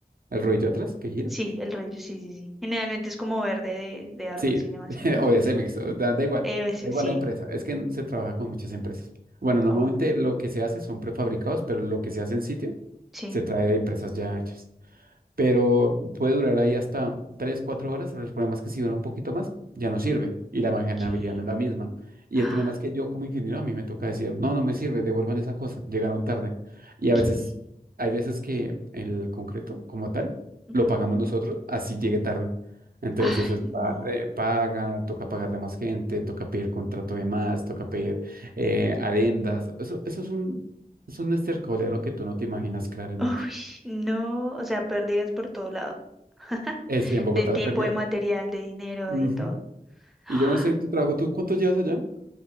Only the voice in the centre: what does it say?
Sí, el rey, sí, sí, sí. Generalmente es como verde de, de Argos
y demás.
Ujú.
Eh, a veces
sí.
Oh,
sí.
¿Qué?
Ah,
¿Qué?
Ujú.
Ay,
no.
Uy,
no. O sea, pérdidas por todo lado. <laughs>
De tiempo,
de material, de dinero,
de todo. Ah,